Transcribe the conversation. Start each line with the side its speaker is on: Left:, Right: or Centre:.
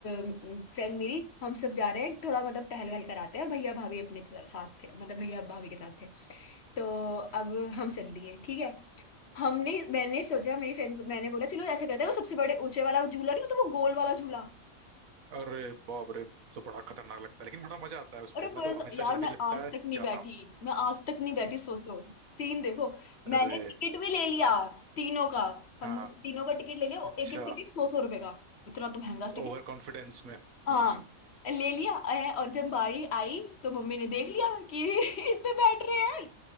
Left: फ्रेंड मेरी हम सब जा रहे हैं थोड़ा मतलब टहल वहल कराते हैं भैया भाभी अपने त- साथ थे मतलब भैया भाभी के साथ थे तो
Right: हम्म।
Left: अब हम चल दिए ठीक है हमने मैंने सोचा मेरी फ्रेंड को मैंने बोला चलो ऐसा करते हैं वो सबसे बड़े ऊंचे वाला वो झूला नहीं होता वो गोल वाला झूला
Right: अरे बाप रे तो बड़ा खतरनाक लगता है लेकिन बड़ा मजा आता है उस
Left: अरे
Right: पे मैं
Left: बस
Right: तो हमेशा
Left: यार
Right: जब
Left: मैं
Right: भी लगता
Left: आज
Right: है
Left: तक नहीं
Right: जाता
Left: बैठी
Right: हूँ
Left: मैं आज तक नहीं बैठी सोचो सीन देखो मैंने
Right: अरे
Left: टिकट भी ले लिया तीनों का
Right: हाँ
Left: हमने तीनों का टिकट ले लिया
Right: अच्छा
Left: एक एक टिकट सौ सौ रुपए का इतना तो महंगा
Right: ओवर कॉन्फिडेंस में हम्म
Left: हाँ ले लिया अ, और जब बारी आई तो मम्मी ने देख लिया कि <laughs> इस पे बैठ रहे हैं